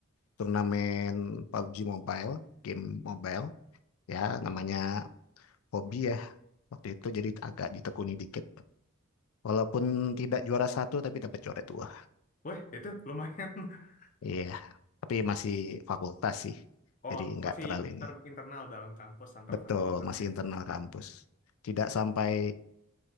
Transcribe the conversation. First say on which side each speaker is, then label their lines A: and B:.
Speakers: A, on the left (about 75°); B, on the left (about 35°).
A: turnamen PUBG Mobile game mobile ya namanya hobi ya waktu itu jadi agak ditekuni dikit walaupun tidak juara satu tapi dapat juara dua
B: Wih, itu lumayan. <laughs>
A: iya tapi masih fakultas sih
B: Oh,
A: jadi nggak
B: masih
A: terlalu
B: inter-
A: ini
B: internal dalam kampus antar
A: betul
B: fakultas
A: masih
B: ya.
A: internal kampus tidak sampai